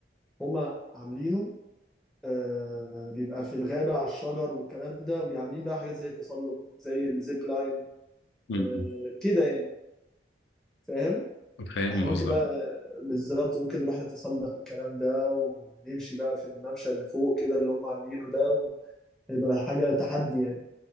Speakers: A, in the centre; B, on the left.
A: هما عاملينه آه بيبقى في الغابه على الشجر والكلام ده بيعملين بقى حاجات زي التسلق زي الزيب لاين
B: مم.
A: آه كده يعني فاهم
B: فاهم
A: فاحنا ممكن
B: قصدك
A: بقى بالظبط ممكن نروح نتسلق الكلام ده ونمشي بقى في الممشى اللي فوق كده اللي هما عاملينه ده ويبقى حاجه تحدي يعني